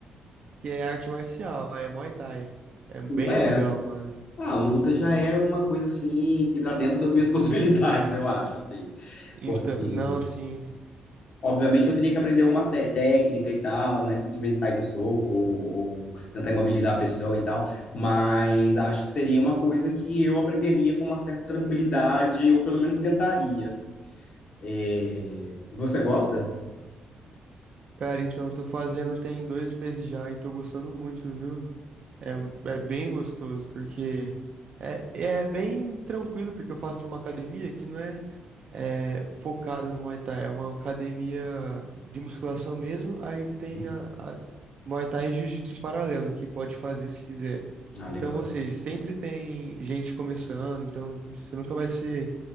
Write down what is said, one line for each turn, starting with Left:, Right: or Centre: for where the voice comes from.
Right: Que é arte marcial, é Muay Thai. É bem
Left: É,
Right: legal, mano.
Left: a luta já é uma coisa, assim, que tá dentro das minhas <laughs> possibilidades, eu acho, assim.
Right: Então,
Left: Porque,
Right: não, assim,
Left: obviamente, eu teria que aprender alguma té- técnica e tal, não é simplesmente sair no soco ou, ou tentar imobilizar a pessoa e tal, mas acho que seria uma coisa que eu aprenderia com uma certa tranquilidade, ou pelo menos tentaria. É, Você gosta?
Right: cara, então eu tô fazendo tem dois meses já e tô gostando muito, viu? É, é bem gostoso, porque é, é bem tranquilo, porque eu faço numa academia que não é, é focada no Muay Thai, é uma academia de musculação mesmo, aí tem
Left: Sim.
Right: a, a Muay Thai e Jiu-Jitsu em paralelo, que pode fazer se quiser.
Left: Ah,
Right: Então,
Left: legal.
Right: ou seja, sempre tem gente começando, então você nunca vai ser